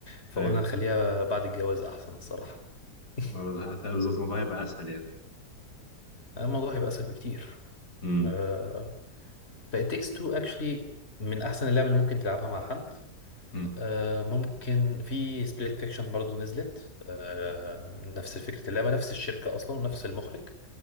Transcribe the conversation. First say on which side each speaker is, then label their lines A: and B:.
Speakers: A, on the left; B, on the left.
A: فقلنا
B: ايه
A: نخليها بعد الجواز احسن الصراحة <laughs>
B: ما بز- بالظبط الموضوع هيبقى أسهل يعني
A: الموضوع هيبقى اسهل بكتير
B: مم.
A: آه ف It Takes Two actually من احسن اللعب اللي ممكن تلعبها مع حد
B: مم.
A: آه ممكن في سبليت فيكشن برضو نزلت آه نفس فكرة اللعبة نفس الشركة اصلا ونفس المخرج